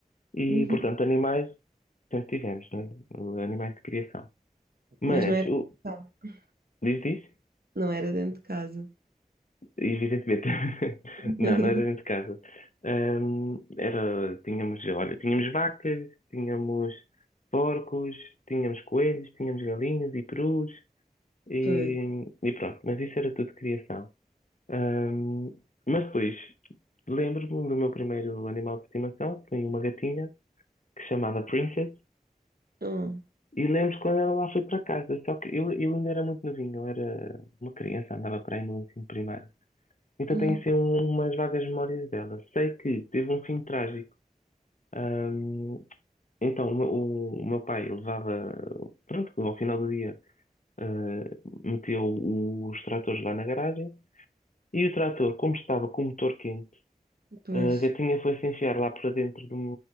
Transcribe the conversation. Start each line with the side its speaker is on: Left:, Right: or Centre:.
Left: E,
Right: Uhum.
Left: portanto, animais sempre tivemos, não é? Animais de criação. Mas,
Right: Mas não era
Left: o,
Right: dentro de casa.
Left: diz isso?
Right: Não era dentro de casa.
Left: Evidentemente. <laughs>
Right: <laughs>
Left: Não, não era dentro de casa. Hum, era, tínhamos, olha, tínhamos vacas, tínhamos porcos, tínhamos coelhos, tínhamos galinhas e perus. E,
Right: Pois.
Left: e pronto, mas isso era tudo criação. Ahm, mas depois lembro-me do meu primeiro animal de estimação, foi uma gatinha que se chamava Princess,
Right: Oh.
Left: e lembro quando ela lá foi para casa, só que eu, eu ainda era muito novinho, eu era uma criança, andava para aí no ensino primário. Então
Right: Uhum.
Left: tenho assim um- umas vagas memórias dela. Sei que teve um fim trágico. Ahm, então o, meu o meu pai levava, pronto, ao final do dia, ah, meteu os tratores lá na garagem, e o trator, como estava com o motor quente,
Right: Pois,
Left: A gatinha foi-se enfiar lá para dentro do,